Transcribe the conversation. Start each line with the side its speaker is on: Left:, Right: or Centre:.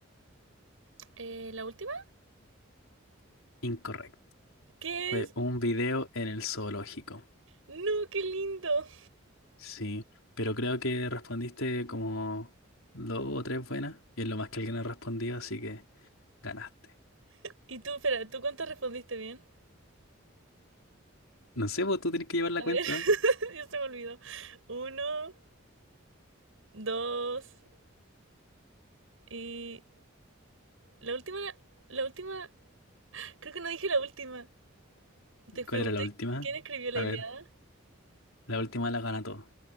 Right: Eh, ¿la última?
Left: Incorrecto.
Right: ¿Qué
Left: Fue
Right: es?
Left: un video en el zoológico,
Right: No, qué lindo.
Left: sí. Pero creo que respondiste como dos o tres buenas, y es lo más que alguien ha respondido, así que ganaste.
Right: Y tú, espera, ¿tú cuánto respondiste bien?
Left: No sé, vos tú tenés que llevar la
Right: A
Left: cuenta.
Right: ver, <laughs> ya se me olvidó. Uno, dos y la última, la última, creo que no dije la última. Te pregunté
Left: ¿Cuál era la última?
Right: quién escribió la
Left: A
Right: Ilíada.
Left: ver, la última la gana todo.